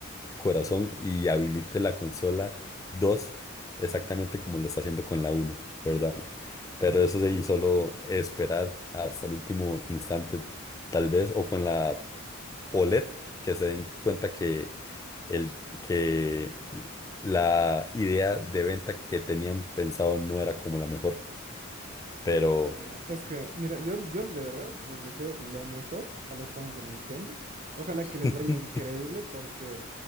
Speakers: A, on the left (about 15°); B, on the right (about 35°).
A: corazón y habilite la consola 2 exactamente como lo está haciendo con la uno ¿verdad? Pero
B: Sí,
A: eso sí, solo esperar hasta el último instante, tal vez, o con la OLED, que se den cuenta que, el, que la idea de venta que tenían pensado no era como la mejor, pero...
B: No, es que, mira, yo, yo de verdad les deseo lo mejor a los fans de Nintendo. Ojalá que les
A: <laughs>
B: vaya increíble porque